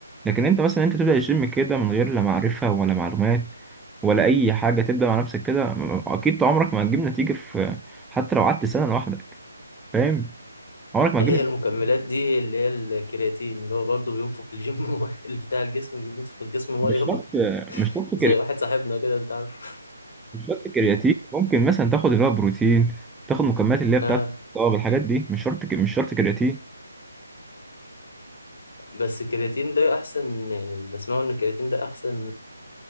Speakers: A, in the centre; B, on the left.
A: لكن انت مثلا انت تبدا الجيم كده من غير لا معرفه ولا معلومات ولا اي حاجه تبدا مع نفسك كده اكيد عمرك ما هتجيب نتيجه في حتى لو قعدت سنه لوحدك فاهم عمرك ما
B: هي
A: هتجيب
B: المكملات دي اللي هي الكرياتين اللي هو برضه بينفق الجيم <laughs> مية، اللي بتاع الجسم بينفق الجسم
A: مش
B: ميه
A: شرط
B: برضه
A: مش شرط
B: زي واحد صاحبنا كده انت عارف
A: مش شرط كرياتين ممكن مثلا تاخد اللي هو بروتين تاخد مكملات اللي هي
B: آه
A: بتاعت الطاقه الحاجات دي مش شرط ك- مش شرط كرياتين
B: بس الكرياتين ده احسن يعني اللي بسمعه ان الكرياتين ده احسن